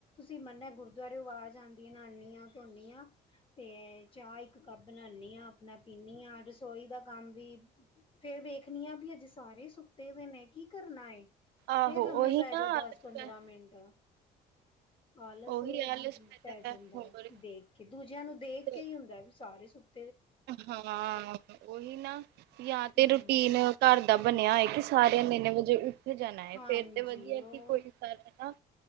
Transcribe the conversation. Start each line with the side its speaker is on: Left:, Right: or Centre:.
Left: ਅਸੀ ਮੰਨਿਆ ਗੁਰਦੁਆਰੇ ਆਵਾਜ਼ ਆਉਦੀ ਨਾਨੀ ਆ ਧੋਨਿ ਆ ਤੇ ਚਾਹ ਇਕ ਕੱਪ ਬਣਾਣੀ ਹਾਂ ਆਪਣਾ ਪੀਨੀ ਹਾਂ ਰਸੋਈ ਦਾ ਕਮ ਵੀ। ਫੇਰ ਵੇਖਣੀ ਆ ਵੀ ਅਜੇ ਸਾਰੇ ਸੁੱਤੇ ਦੇ ਨੇ ਕੀ ਕਰਨਾ
Right: ਆਹੋ
Left: ਫੇਰ ਲੰਮੇ
Right: ਉਹੀ
Left: ਪੈ
Right: ਨਾ
Left: ਜਾਓ
Right: ਆਲਸ
Left: ਦਸ ਪੰਦਰਾਂ ਮਿੰਟ ਆਲਸ
Right: ਉਹੀ ਆਲਸ ਪੈਦਾ
Left: ਪੈ ਜਾਦਾ
Right: ਹੋਰ
Left: ਹੈ ਦੇਖ ਕੇ ਦੂਜਿਆਂ ਨੂੰ ਦੇਖ
Right: ਤੇ
Left: ਕੇ ਹੀ ਹੁਦਾ ਵੀ ਸਾਰੇ ਸੁਤੇ
Right: ਹਾਂ ਉਹੀ ਨਾ ਜਾਂ ਤੇ
Left: ਹਮ
Right: ਰੂਟੀਨ ਘਰ ਦਾ ਬਣਿਆ ਹੋਇ ਕਿ ਸਾਰੇਆਂ ਨੇ ਇਹਨੇ ਵਜੇ ਉਠ ਜਾਣਾ
Left: ਹਾਂਜੀ
Right: ਫੇਰ ਤੇ ਵਧੀਆ
Left: ਉਹ
Right: ਕੀ ਕੋਈ ਸ ਨਾ